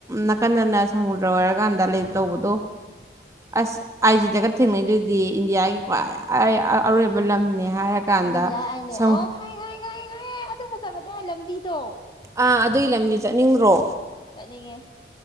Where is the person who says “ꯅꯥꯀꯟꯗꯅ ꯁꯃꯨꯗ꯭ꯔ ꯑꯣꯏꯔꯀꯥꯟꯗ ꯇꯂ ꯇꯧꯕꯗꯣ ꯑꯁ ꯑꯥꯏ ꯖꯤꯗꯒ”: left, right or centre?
Right